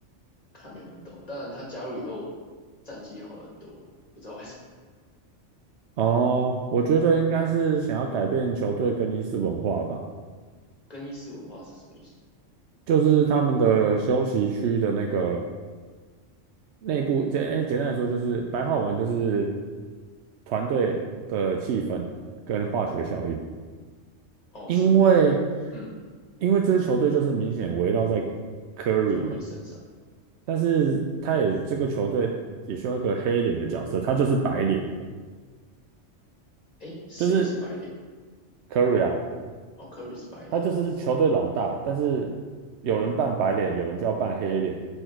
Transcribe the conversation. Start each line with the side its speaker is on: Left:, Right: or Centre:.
Left: 看没有人懂。当然，他加入以后战绩好了很多了，不知道为什么。
Right: 哦，我觉得应该是想要改变球队更衣室文化吧，
Left: 更衣室文化是什么意思？
Right: 就是他们的休息区的那个内部，简诶简单来说就是白话文就是团队的气氛跟化学效应，
Left: 哦，
Right: 因为
Left: 是嗯
Right: 因为这支球队就是明显围绕在 Curry
Left: ，Curry
Right: 嘛，
Left: 身上。
Right: 但是他也这个球队也需要一个黑脸的角色，他就是白脸，
Left: 诶，谁是白脸？
Right: 就是 Curry 啊，
Left: 哦，Curry 是白脸。
Right: 他就是球队老大，但是有人扮白脸，
Left: 嗯，
Right: 有人就要扮黑脸。